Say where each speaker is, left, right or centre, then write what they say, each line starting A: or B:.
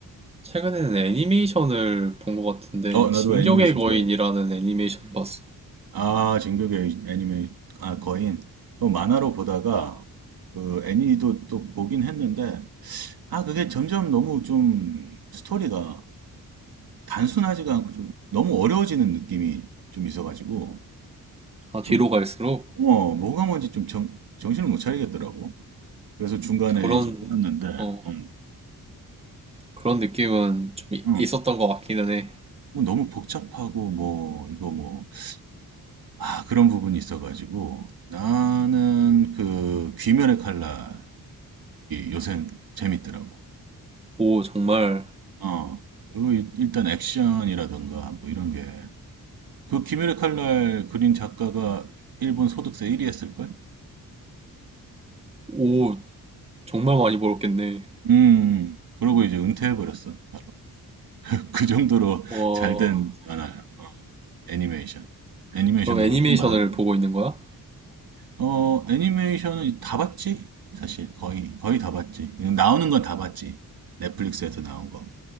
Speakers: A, on the right; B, on the right.
A: 최근에는 애니메이션을 본 것 같은데,
B: 어, 나도
A: 진격의
B: 애니메이션
A: 거인이라는
B: 좋아해.
A: 애니메이션을 봤어.
B: 아, 진격의 애니메이, 아, 거인. 그 만화로 보다가, 그 애니도 또 보긴 했는데, 아, 그게 점점 너무 좀 스토리가 단순하지가 않고 좀 너무 어려워지는 느낌이 좀 있어가지고,
A: 아,
B: 좀,
A: 뒤로 갈수록
B: 어, 뭐가 뭔지 좀 정, 정신을 못 차리겠더라고. 그래서 중간에
A: 그런,
B: 이제 끊었는데,
A: 어,
B: 음,
A: 그런 느낌은 좀 이-
B: 음.
A: 있었던 것 같기는 해.
B: 뭐 너무 복잡하고, 뭐, 이거 뭐, 아, 그런 부분이 있어가지고 나는 그 귀멸의 칼날이 요샌 재밌더라고.
A: 오, 정말,
B: 어, 어. 그리고 일- 일단 액션이라던가 뭐 이런 게. 그 귀멸의 칼날 그린 작가가 일본 소득세 1위 했을걸?
A: 오, 정말 많이 벌었겠네.
B: 음, 그러고 이제 은퇴해버렸어. <laughs> 그 정도로
A: 와.
B: 잘된 만화야. 어, 애니메이션. 애니메이션도
A: 그럼 애니메이션을
B: 그렇고 만화도 그렇고.
A: 보고 있는 거야?
B: 어, 애니메이션은 다 봤지? 사실 거의 거의 다 봤지. 나오는 건 다 봤지. 넷플릭스에서 나온 거.